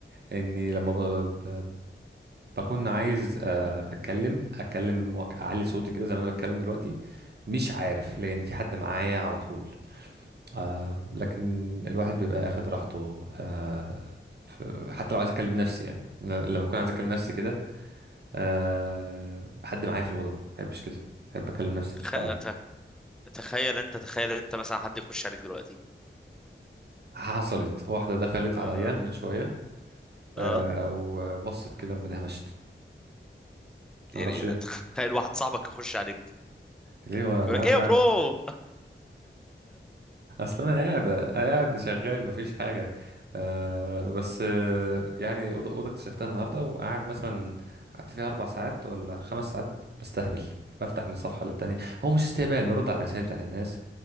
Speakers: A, on the right (about 55°); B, in the centre.
A: اني لما ب... ب... بكون عايز آه، اتكلم اتكلم وأك- اعلي صوتي كده زي ما انا بتكلم دلوقتي مش عارف لان في حد معايا على طول آه لكن الواحد بيبقى اخد راحته آه ف- حتى لو عايز اكلم نفسي يعني انا لما بكون عايز اكلم نفسي كده آه حد معايا في الاوضه ما بحبش كده بحب اكلم نفسي
B: تخ...
A: بصوت عالي
B: ت- تخيل انت تخيل انت مثلا حد يخش عليك دلوقتي
A: حصلت واحده دخلت
B: اه
A: عليا
B: آه.
A: من شويه
B: آه.
A: آه وبصت كده وبعدها مشت
B: يعني
A: معرفش ايه
B: تخيل واحد صاحبك يخش عليك
A: ليه وانا
B: يقول
A: قاعد
B: لك ايه
A: بقى-
B: يا برو
A: اصل انا قاعد قاعد شغال مفيش حاجه آه بس آه يعني اوضه اوضه اكتشفتها النهارده وقاعد مثلا قعدت فيها اربع ساعات ولا خمس ساعات بستهبل بفتح من صفحه للتانيه هو مش استهبال برد على الرسائل بتاعت الناس